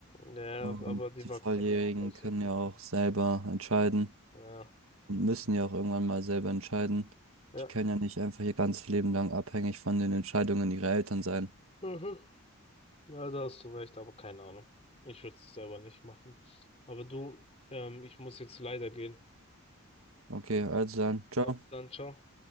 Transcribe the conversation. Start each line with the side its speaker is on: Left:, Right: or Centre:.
Left: Ja,
Right: Und
Left: aber die
Right: die
Left: wachsen
Right: Volljährigen
Left: ja auch, weißt
Right: können
Left: du?
Right: ja auch selber entscheiden
Left: Ja,
Right: und müssen ja auch irgendwann mal selber entscheiden.
Left: ja.
Right: Die können ja nicht einfach ihr ganzes Leben lang abhängig von den Entscheidungen ihrer Eltern sein.
Left: Mhm. Ja, da hast du recht, aber keine Ahnung. Ich würde es selber nicht machen. Aber du, ähm, ich muss jetzt leider gehen.
Right: Okay, also
Left: Okay.
Right: dann, ciao.
Left: Also dann, ciao.